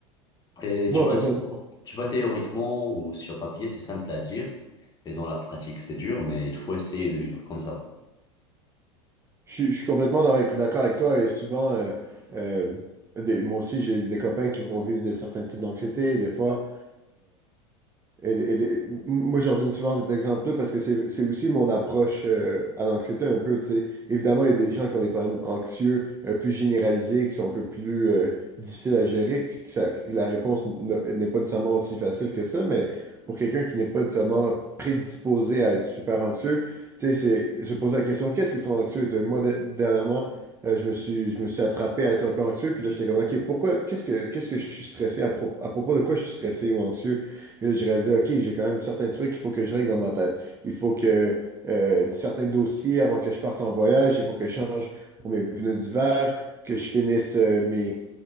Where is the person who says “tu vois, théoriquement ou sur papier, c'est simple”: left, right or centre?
Left